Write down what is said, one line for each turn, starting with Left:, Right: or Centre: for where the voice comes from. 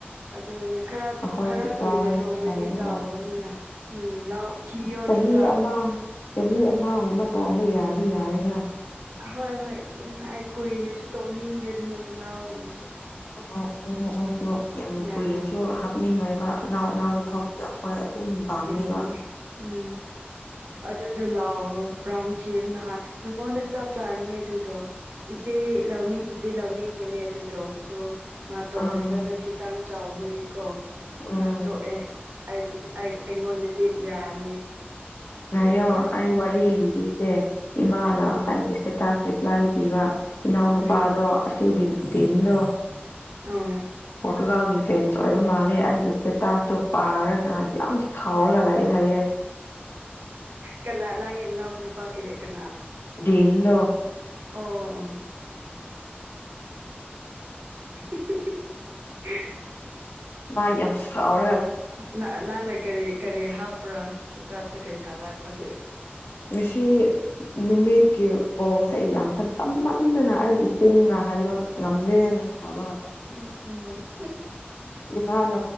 Right: ꯑꯗꯨꯅꯦ ꯈꯔ
Left: ꯑꯩꯈꯣꯏꯁꯨ
Right: ꯈꯔ ꯀꯨꯏꯅ
Left: ꯆꯥꯏ
Right: ꯇꯣꯡꯉꯗꯤ
Left: ꯂꯩꯔꯒ
Right: ꯆꯥꯎꯕꯅꯤꯅ ꯎꯝ ꯂꯥꯎ ꯊꯤꯌꯣ
Left: ꯆꯍꯤ
Right: ꯑꯗꯨꯗ
Left: ꯑꯃ ꯆꯍꯤ ꯑꯃꯒꯨꯝꯕ ꯇꯣꯡꯕ ꯌꯥꯔꯗꯤ ꯌꯥꯔꯦꯅ
Right: ꯍꯣꯏ ꯍꯣꯏ ꯆꯨꯝꯃꯦ ꯑꯩ ꯀꯨꯏꯅꯁꯨ ꯇꯧꯅꯤꯡꯗꯦ ꯑꯗꯨꯅ ꯁꯅꯥꯎꯗꯤ
Left: ꯑꯣꯏ ꯑꯗꯨꯅꯦ ꯑꯩꯁꯨ ꯌꯥꯝ
Right: ꯌꯥꯔꯦ
Left: ꯀꯨꯏꯅꯁꯨ <unintelligible> ꯅꯤꯡ ꯑꯣꯏꯕ ꯑꯅꯥꯎ ꯑꯅꯥꯎꯕ ꯊꯔꯛꯄꯗ ꯑꯩꯈꯣꯔꯦ ꯑꯗꯨꯝ ꯄꯥꯝꯅꯦꯕ
Right: ꯀꯔꯤ ꯎꯝ ꯑꯗꯨꯗꯣ ꯂꯥꯎꯑꯣꯔꯣ ꯕ꯭ꯔꯥꯎꯟ ꯆꯤꯔꯣ ꯅꯍꯥꯟ ꯅꯉꯣꯟꯗ ꯆꯞ ꯆꯥꯅꯤ ꯑꯗꯨꯗꯣ ꯏꯆꯦ ꯂꯧꯅꯤꯡꯗꯤ ꯂꯧꯅꯤꯡꯕꯅꯦ ꯑꯗꯨꯗꯣ ꯑꯗꯨꯗꯣ ꯃꯥ ꯇꯣꯡꯔꯒꯅ
Left: ꯑꯥ
Right: ꯈꯤꯇꯪ ꯆꯥꯎꯕꯒꯤꯀꯣ
Left: ꯎꯝ
Right: ꯃꯥ ꯇꯣꯛꯑꯦ ꯑꯩꯕꯨꯗꯤ ꯑꯩꯉꯣꯟꯗꯗꯤ ꯌꯥꯅꯤ꯫ ꯑꯗꯨ
Left: ꯉꯥꯏꯌꯣ
Right: ꯑꯣꯏꯔꯁꯨ ꯑꯩꯗꯤ
Left: ꯑꯥ ꯋꯥꯔꯤꯔꯂꯕꯦꯒꯦ
Right: ꯌꯥꯔꯦ
Left: ꯏꯃꯥꯅ
Right: ꯂꯤꯌꯣ
Left: ꯑꯩ ꯇ ꯔꯤꯄ꯭ꯂꯥꯏ ꯄꯤꯕ ꯏꯅꯥꯎ ꯅꯨꯄꯥꯗꯣ
Right: ꯎꯝ
Left: ꯑꯁꯤ ꯇꯤꯟꯗꯣ
Right: ꯎꯝ
Left: ꯄꯣꯔꯇꯨꯒꯥꯎꯒꯤ ꯐꯦꯟꯁ ꯑꯣꯏꯕ ꯃꯥꯜꯂꯦ ꯑꯩꯒꯤ ꯏꯁꯇꯦꯇꯥꯁꯇꯣ ꯄꯥꯔꯛ ꯑ ꯌꯥꯝ ꯁꯥꯎꯔꯒꯂꯑꯌꯦ ꯍꯥꯏꯌꯦꯑꯦ꯫
Right: ꯀꯅꯥ ꯅꯪꯒꯤ ꯏꯅꯥꯎ ꯅꯨꯄꯥ ꯀꯩ ꯀꯅꯥ
Left: ꯗꯃꯗꯣ
Right: ꯑꯣ ꯑꯣ <inaudible>
Left: ꯚꯏ ꯌꯥꯝ ꯁꯥꯑꯣ
Right: ꯅꯪꯅ ꯀꯔꯤ ꯀꯔꯤ ꯍꯥꯞꯄ꯭ꯔꯥ ꯍꯇꯥꯁꯦ ꯀꯔꯤ ꯊꯥꯒꯠꯄꯒꯦ꯫
Left: ꯉꯁꯤ ꯅꯨꯃꯤꯠꯀꯤ ꯄꯥꯎꯁꯦ ꯌꯥꯝ ꯐ ꯆꯃꯟꯗꯅ ꯑꯩꯒꯤ ꯆꯤꯟꯅ ꯍꯥꯏꯕ ꯉꯗꯦꯅ ꯄꯥꯕ
Right: ꯎꯝ ꯎꯝ
Left: ꯏꯃꯥꯅ